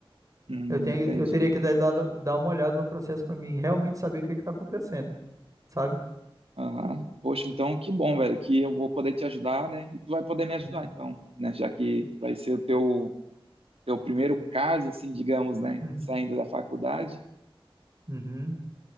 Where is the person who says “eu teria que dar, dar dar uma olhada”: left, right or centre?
Right